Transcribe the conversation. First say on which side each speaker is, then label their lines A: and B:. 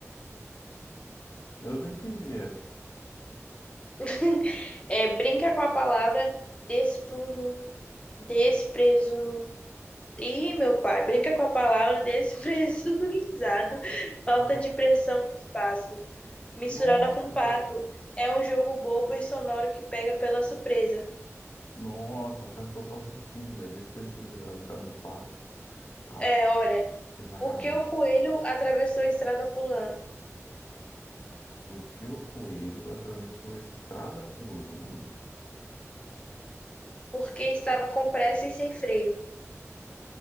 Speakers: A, on the left; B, on the left.
A: Eu não entendi essa.
B: <laughs> É, brinca com a palavra despru- Despresun... Ih, meu pai, brinca com a palavra despresurizado. <laughs> Falta
A: Ah,
B: de pressão no espaço. Misturada
A: nossa,
B: com pato. É um jogo bobo e sonoro que pega pela surpresa.
A: Nossa, faz total sentido, velho. Despressurizado o cara do pato. Ah,
B: É, olha,
A: que sacanagem.
B: porque o coelho atravessou a estrada pulando?
A: Porque o coelho atravessou a estrada pulando?
B: Porque estava com pressa e sem freio.